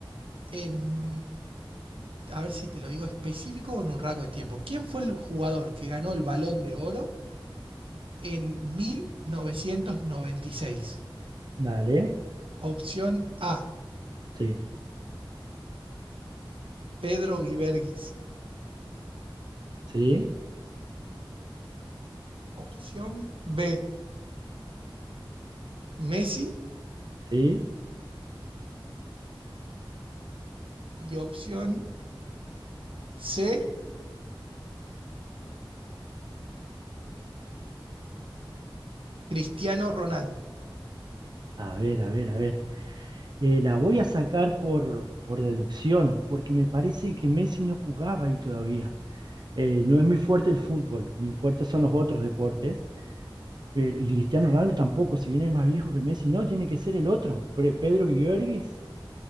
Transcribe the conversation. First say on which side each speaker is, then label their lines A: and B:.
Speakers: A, on the right; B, on the right.
A: en a ver si te lo digo específico o en un rango de tiempo. ¿Quién fue el jugador que ganó el Balón de Oro en 1996?
B: Dale.
A: Opción A,
B: Sí.
A: Pedro Guiberguis.
B: Sí.
A: Opción B, Messi.
B: Sí.
A: Y opción C, Cristiano Ronaldo.
B: A ver, a ver, a ver. Eh, la voy a sacar por, por deducción, porque me parece que Messi no jugaba ahí todavía. Eh, no es mi fuerte el fútbol, mi fuerte son los otros deportes. Pero- y Cristiano Ronaldo tampoco, si viene más viejo que Messi, no, tiene que ser el otro. Pre- Pedro Guibergues.